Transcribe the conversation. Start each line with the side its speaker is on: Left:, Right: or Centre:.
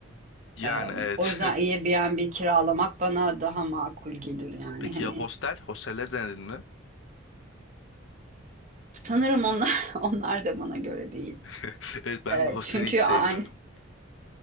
Left: yani
Right: Ee,
Left: evet.
Right: o yüzden Airbnb kiralamak bana daha makul gelir
Left: <laughs>
Right: yani
Left: Peki
Right: hani.
Left: ya hostel? Hostelleri denedin mi?
Right: Sanırım onlar <laughs> onlar da bana göre değil.
Left: <laughs> Evet ben
Right: Ee,
Left: hosteli
Right: çünkü
Left: hiç sevmiyorum.
Right: aynı